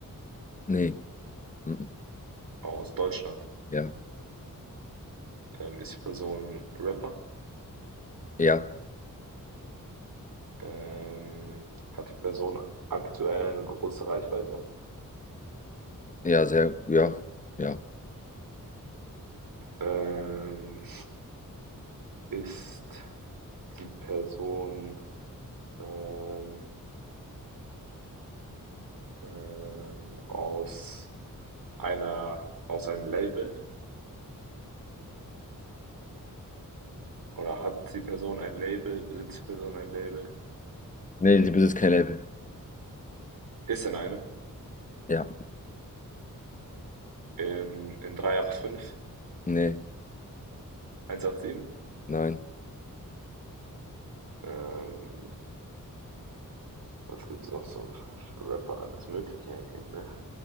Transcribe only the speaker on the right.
Aus Deutschland?
Ähm, ist die Person Rapper?
Ähm, hat die Person aktuell eine große Reichweite?
Ähm, ist die Person ähm, ähm, aus einer, aus einem Label? Oder hat die Person ein Label? Besitzt die Person ein Label?
Ist in einem.
Im, in 385,
187.
Ähm, Was gibt's noch so für Rapper? Alles Mögliche eigentlich, ne?